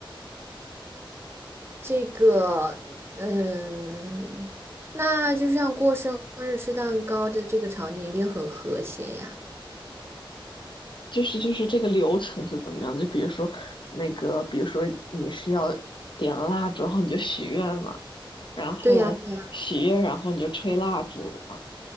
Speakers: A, on the right (about 25°); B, on the left (about 65°).
A: 这个，嗯，那就像过生日吃蛋糕的这个场景一定很和谐呀。
B: 就是就是这个流程是怎么样的？就比如说那个，比如说你是要点了蜡烛，然后你就许愿嘛。然后许愿，
A: 对呀，对呀，
B: 然后你就吹蜡烛嘛。